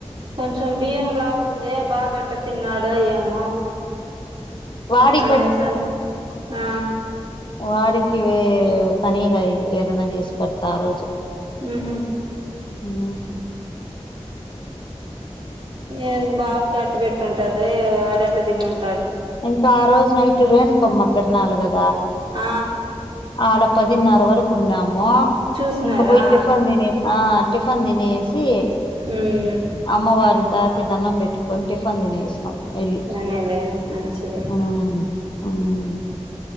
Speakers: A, on the right (about 45°); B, on the left (about 45°).
A: కొంచ్ బియ్యం లావ్ గుంది బాబెట్టతిన్నాడో ఏమో
B: వాడికి
A: అనే సమ్ ఆ
B: వాడకివే తనిగా ఇంకెదన్న జేష్ పర్ త ఆ రోజు
A: ఉహు
B: హ్మ్
A: ఎమ్ బాబ్ కెట్ బెట్ టుంటాదో ఏమో వాడ్ ఎట్ట తినున్
B: ఇంకా ఆ రోజు నైట్ రేనుకమ్మ తిర్ నాల్ గద్
A: ఆ
B: ఆడ పదిన్ నర వరకు ఉన్నాము
A: చూసినారా
B: ఇంకా బోయి టిఫన్ దిని ఆ టిఫన్ దినేసి
A: ఉమ్
B: అమ్మవార్ న్ తాకి దన్నం పెట్టుకొని టిఫన్ తినేసినాం ఏల్లి
A: పోనీలే మంచిది
B: ఉమ్ ఉమ్